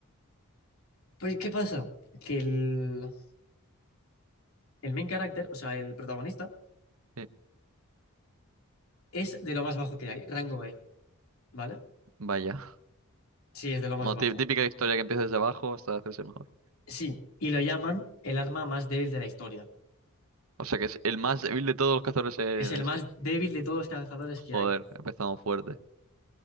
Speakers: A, on the left (about 75°); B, on the right (about 70°).
A: Pues, ¿qué pasa? Que el, el main character, o sea, el protagonista,
B: sí,
A: es de lo más bajo que hay, rango E, ¿vale?
B: vaya.
A: Sí, es de lo más
B: Bueno,
A: bajo.
B: tí- típica historia que empieza desde abajo hasta hacerse mejor.
A: Sí, y lo llaman el arma más débil de la historia.
B: O sea que es el más débil de todos los cazadores en
A: Es el
B: la historia.
A: más débil de todos los cazadores que
B: Joder,
A: hay.
B: empezamos fuerte.